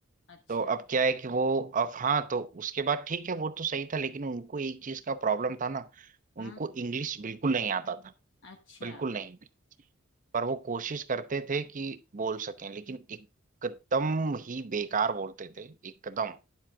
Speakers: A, on the left; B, on the right.
A: अच्छा
B: तो अब क्या है कि वो अब हाँ तो उसके बाद ठीक है वो तो सही था लेकिन उनको एक चीज का प्रॉब्लम था ना उनको
A: हाँ
B: इंग्लिश बिल्कुल नहीं आता था
A: अच्छा
B: बिल्कुल नहीं पर वो कोशिश करते थे कि बोल सकें लेकिन एकदम ही बेकार बोलते थे एकदम